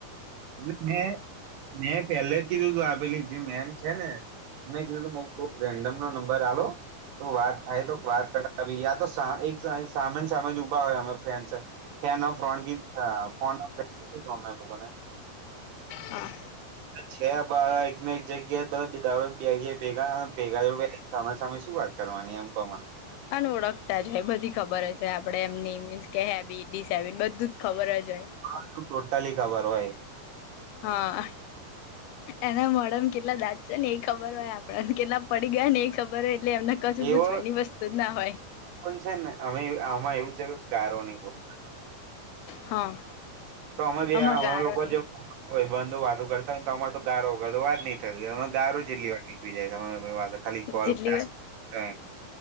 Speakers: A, on the right (about 85°); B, on the left (about 80°).
A: એટલે મેં મેં પેહ્ લે જ કીધુંતું, આ પેલી જે મેન છે ને મેં <unintelligible> કોક રેન્ડમનો નંબર આલો. તો વાત થાય તો વાત કરાવી યા તો એક સામેની સાઇડ જ ઉભા હોય અમેં ફન્સ ફેન ઓફ રોનડી અ ફો <unintelligible> અમેને.
B: હા.
A: છે બાર એકને એક જગ્યા દાળો બે ભેગા ભેગા જો સામે સામે શું વાત કરવાની એમ કહો મન.
B: અને ઓળખતા જ હોય બધી ખબર જ હોય આપડે એમની મીન્સ કે હેબીટ ડિસ હેબિટ બધું જ ખબર જ હોય.
A: આ તો ટોટલી ખબર હોય.
B: હા. એના મોઢાંમ કેટલા દાંત છન, એ ખબર હોય આપડાન કેટલા પડી ગયાન એઈ ખબર હોય. એટલે એમને કશું
A: એવો
B: પૂછવાની વસ્તુ જ ના હોય
A: પણ છે ને અમે આમાં એવું છે ગારો નહી બોલવાની.
B: હા.
A: તો અમે જે
B: આમાં
A: આ અમે
B: ગારો
A: લોકો
B: નહી
A: જે ભાઈબંધો વાતુ કરતા હોય ને તો અમાર તો ગારો વગર તો વાત નહીં થતી અમે ગારો ચેટલી વાર નીકરી જાય છે અમે અમે વાત ખાલી કોલ
B: જેટલી
A: ટાસ્ક અ